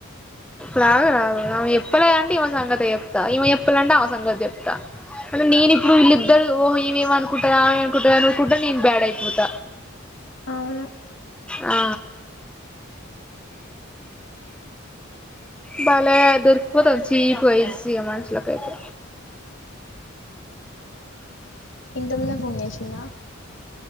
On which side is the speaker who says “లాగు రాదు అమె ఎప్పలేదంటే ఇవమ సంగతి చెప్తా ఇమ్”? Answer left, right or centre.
Centre